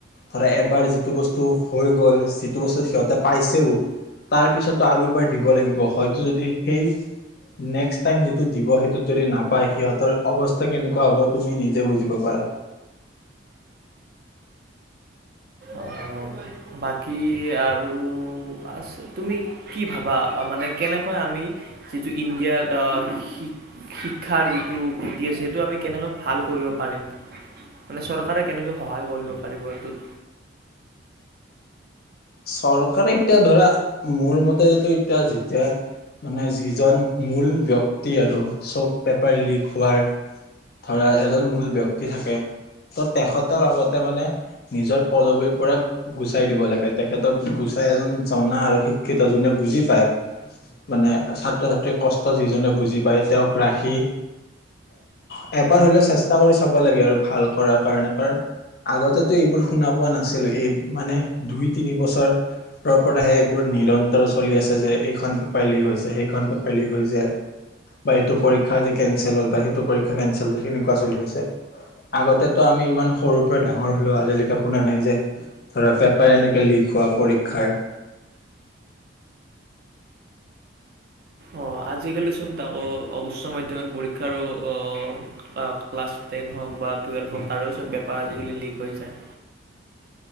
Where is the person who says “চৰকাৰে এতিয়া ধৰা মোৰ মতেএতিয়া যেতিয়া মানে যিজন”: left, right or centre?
Left